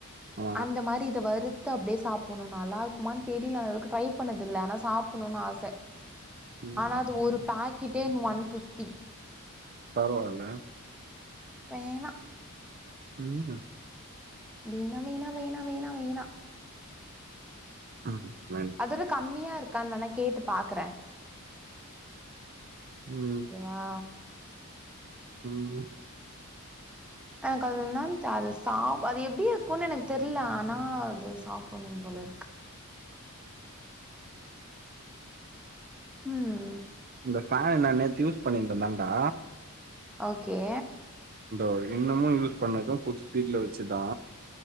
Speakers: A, on the right; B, in the centre.
A: ஆ
B: அந்த மாறி இத வறுத் து அப்டியே சாப்புட்ணு நல்லா இருக்குமான்னு தெரில இதுக்கும் ட்ரை பண்ணது இல்ல ஆனா சாப்புட்ணும்னு ஆச
A: ம்
B: ஆனா அது ஒரு பாக்கெட்டே ஒன் ஃபிப்டி
A: பரவால்ல
B: வேணா
A: ம்
B: வேணா வேணா வேணா வேணா வேணா
A: ம் வே
B: அதுல கம்மியா இருக்கான்னு வேணா கேட்டு பாக்குறே
A: ம்
B: வா
A: ம்
B: எனக்கு அது என்னான் அது சாப் அது எப்டி இருக்குன்னு எனக்கு தெர்ல ஆனா அது சாப்புட்ணு போல இருக்கு ம்
A: இந்த ஃபேன் நா நேத்து யூஸ் பண்ணியிருந்தேந்தான்டா
B: ஓகே
A: இந்த இன்னமு யூஸ் பண்ணது புல் ஸ்பீட்ல வச்சுதா